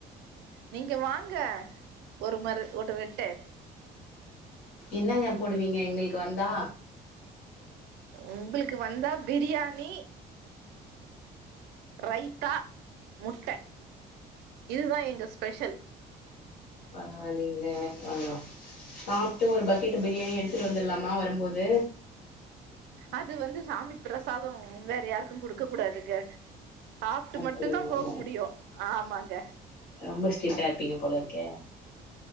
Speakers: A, on the right; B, on the left.
A: நீங்க வாங்க ஒரு முற ஒரெட்டு
B: என்னங்க போடுவீங்க எங்களுக்கு வந்தா
A: உங்களுக்கு வந்தா பிரியாணி ரைத்தா முட்டை இதுதா எங்க ஸ்பெஷல்
B: பரவால்லங்கலே வரோ சாப்ட்டு ஒரு பக்கெட் பிரியாணி எடுத்துட்டு வந்துட்லாமா வரம்போது
A: அது வந்து சாமி பிரசாதம் வேற யாருக்கும் குடுக்க கூடாதுங்க சாப்ட்டு
B: அப்டிங்களாங்க
A: மட்டுந்தா போக முடியும் ஆமாங்க
B: ரொம்ப ஸ்டிட்டா இருப்பீங்க போல இருக்கே